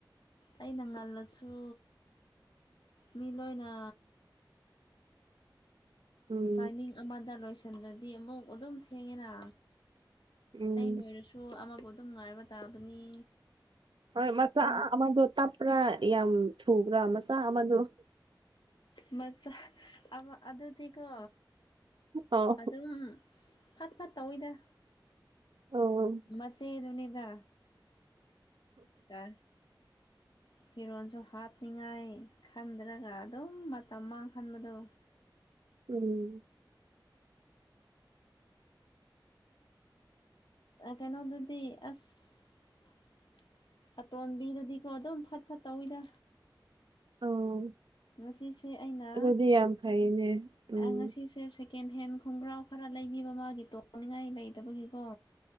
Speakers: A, on the left; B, on the right.
A: ꯑꯩꯅ ꯉꯜꯂꯁꯨ ꯃꯤ ꯂꯣꯏꯅ
B: ꯎꯝ
A: ꯇꯥꯏꯃꯤꯡ ꯑꯃꯗ ꯂꯣꯏꯁꯤꯟꯗ꯭ꯔꯗꯤ ꯑꯃꯨꯛ ꯑꯗꯨꯝ ꯊꯦꯡꯉꯦꯅ
B: ꯎꯝ
A: ꯑꯩ ꯂꯣꯏꯔꯁꯨ ꯑꯃꯕꯨ ꯑꯗꯨꯝ ꯉꯥꯏꯕ ꯇꯥꯕꯅꯤ
B: ꯍꯣꯏ ꯃꯆꯥ
A: ꯃꯨꯛ
B: ꯑꯃꯗꯣ ꯇꯞꯄ꯭ꯔꯥ ꯌꯥꯝ ꯊꯨꯕ꯭ꯔꯥ ꯃꯆꯥ ꯑꯃꯗꯣ
A: ꯃꯆꯥ ꯑꯗꯨꯗꯤꯀꯣ
B: ꯑꯥꯎ
A: ꯑꯗꯨꯝ ꯐꯠ ꯐꯠ ꯇꯧꯋꯤꯗ
B: ꯑꯣ
A: ꯃꯆꯦꯗꯨꯅꯤꯗ ꯌꯥ ꯐꯤꯔꯣꯜꯁꯨ ꯍꯥꯞꯅꯤꯡꯉꯥꯏ ꯈꯟꯗ꯭ꯔꯒ ꯑꯗꯨꯝ ꯃꯇꯝ ꯃꯥꯡꯍꯟꯕꯗꯣ
B: ꯎꯝ
A: ꯀꯩꯅꯣꯗꯨꯗꯤ ꯑꯁ ꯑꯇꯣꯟꯝꯕꯤꯗꯨꯗꯤꯀꯣ ꯑꯗꯨꯝ ꯐꯠ ꯐꯠꯇꯧꯋꯤꯗ
B: ꯑꯣ
A: ꯉꯁꯤꯁꯦ ꯑꯩꯅ
B: ꯑꯗꯨꯗꯤ ꯌꯥꯝ ꯐꯩꯅꯦ ꯎꯝ
A: ꯉꯁꯤꯁꯦ ꯁꯦ ꯁꯦꯀꯦꯟ ꯍꯦꯟ ꯈꯣꯡꯒ꯭ꯔꯥꯎ ꯈꯔ ꯂꯩꯕꯤꯕ ꯃꯥꯒꯤ ꯇꯣꯡꯅꯤꯡꯉꯥꯏ ꯂꯩꯇꯕꯒꯤꯀꯣ